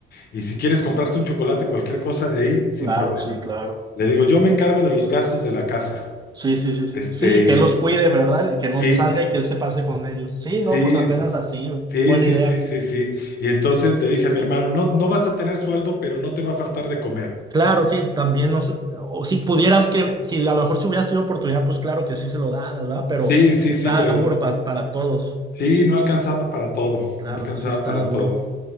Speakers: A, on the left; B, on the right.
A: y si quieres comprarte un chocolate, cualquier cosa de ahí, sin
B: Claro,
A: problema.
B: sí, claro.
A: Le digo, yo me encargo de los gastos de la casa.
B: Sí, sí, sí, sí.
A: Este,
B: Sí, que los cuide, ¿verdad? Y que no
A: sí,
B: salga y que él se pase con ellos. Sí,
A: sí,
B: no, pues apenas así, güey.
A: sí,
B: buena
A: sí,
B: idea.
A: sí, sí, sí. Y entonces le dije a mi hermano, no, no vas a tener sueldo, pero no te va a faltar de comer.
B: Claro, sí, también no sé, o si pudieras que, si a lo mejor si hubieras tenido oportunidad, pues claro que sí se lo dabas, ¿verdad? Pero
A: Sí, sí,
B: está
A: sí, pero
B: duro pa- para todos.
A: sí, no alcanzaba para todo,
B: Claro,
A: no alcanzaba
B: sí está
A: para
B: duro.
A: todo.